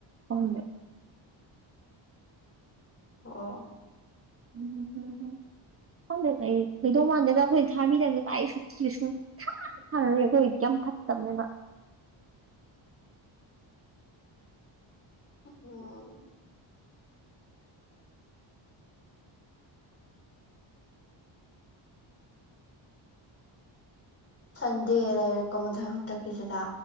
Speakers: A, on the right; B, on the left.
A: ꯈꯪꯗꯦ
B: ꯑꯣ
A: <unintelligible> ꯈꯪꯗꯦ ꯀꯩ ꯂꯩꯗꯧꯃꯥꯟꯗꯦꯗ ꯑꯩꯈꯣꯏꯅ ꯊꯥꯕꯤꯗꯝꯅꯤ ꯀꯥꯏ <unintelligible> ꯊꯥ ꯊꯥꯔꯣꯏ ꯑꯩꯈꯣꯏꯗꯤ ꯌꯥꯝ ꯐꯠꯇꯕꯅꯦꯕ
B: <unintelligible> ꯁꯟꯗꯦ ꯂꯩꯔꯦꯀꯣ ꯃꯊꯪ ꯍꯟꯗꯛꯀꯤꯁꯤꯗ